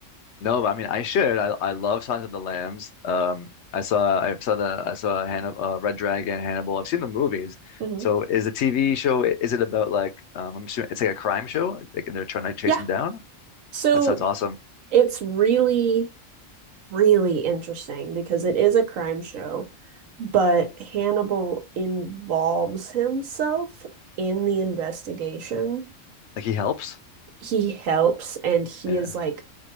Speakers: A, on the left; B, on the right.
A: no, but I mean, I should. I I love Silence of the Lambs. Um, I saw I saw the I saw Hannibal, uh, Red Dragon, Hannibal. I've seen the movies.
B: hmm
A: So is the TV show? Is it about like um? I'm assuming it's like a crime show. Like, and they're trying to chase
B: Yeah.
A: him down.
B: So
A: That sounds awesome.
B: it's really really interesting because it is a crime show, but Hannibal involves himself in the investigation.
A: Like he helps.
B: He helps and he
A: Yeah.
B: is like